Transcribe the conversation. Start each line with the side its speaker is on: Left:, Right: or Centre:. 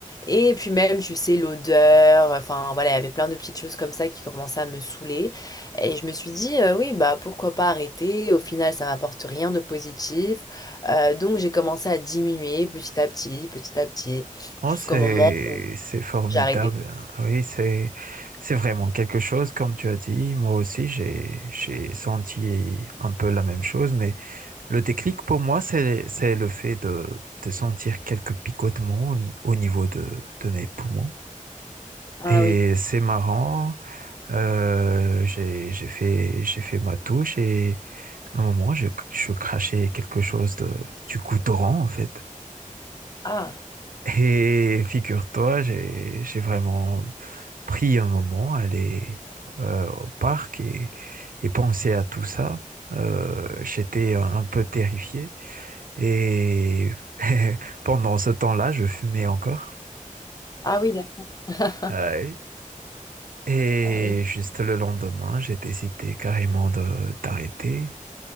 Left: Et puis même, tu sais, l'odeur, enfin voilà, il y avait plein de petites choses comme ça qui commençaient à me saouler. Et je me suis dit, euh, oui, bah pourquoi pas arrêter? Au final, ça m'apporte rien de positif. Euh, donc j'ai commencé à diminuer petit à petit, petit à petit,
Right: Oh,
Left: jusqu'au
Right: c'est,
Left: moment où
Right: c'est formidable.
Left: j'ai arrêté.
Right: Oui, c'est, c'est vraiment quelque chose, comme tu as dit. Moi aussi, j'ai, j'ai senti un peu la même chose, mais le déclic pour moi, c'est, c'est le fait de, de sentir quelques picotements au, ni- au niveau de, de mes poumons.
Left: Ah
Right: Et
Left: oui.
Right: c'est marrant, euh, j'ai, j'ai fait, j'ai fait ma touche et à un moment, je, je crachais quelque chose de, du goudron, en fait.
Left: Ah.
Right: Et figure-toi, j'ai, j'ai vraiment pris un moment, aller euh, au parc et, et penser à tout ça. Euh, j'étais un, un peu terrifié. Et <laughs> pendant ce temps-là, je fumais encore.
Left: Ah oui, d'accord. <laughs>
Right: Euh, et
Left: Ah oui.
Right: juste le lendemain, j'ai hésité carrément de- d'arrêter.